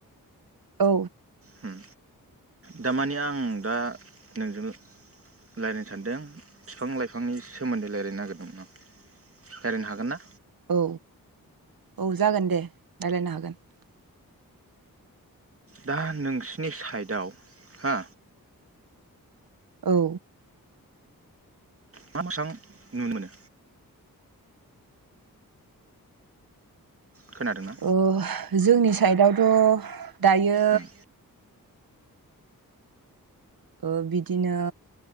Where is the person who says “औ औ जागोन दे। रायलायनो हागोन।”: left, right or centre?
Right